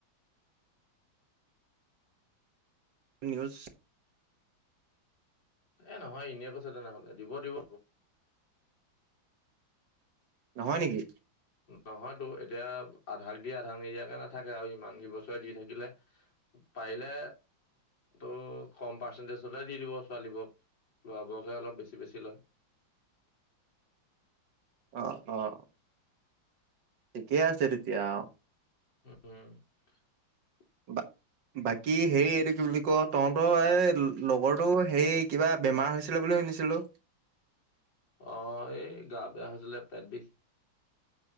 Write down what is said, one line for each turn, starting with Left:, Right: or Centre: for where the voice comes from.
Right: নিউজ
Left: এ, নহয় এনেই কৈছে তেনেহ'লে দিব দিব।
Right: নহয় নেকি?
Left: নহয়তো। এতিয়া, আধাক দি, আধাক নিদিয়াকে নাথাকে আৰু ইমান কিবছৰ বছৰে দি থাকিলে। পাৰিলে তইয়ো কম পাৰ্চেন্টিজ হ'লে দি দিব ছোৱালীবোৰক, লৰাবোৰকহে অলপ বেছি, বেছি লয়।
Right: <inaudible> অ'! অ'! ঠিকেই আছে তেতিয়া আও।
Left: উম! উ!
Right: <unintelligible> বাকী হেৰি এইটো কি বুলি কও তহঁতৰ এই লগৰটো হেৰি কিবা বেমাৰ হৈছিলে বুলি শুনিছিলোঁ।
Left: অ'! এই গা বেয়া হৈছিলে, পেট বিষ।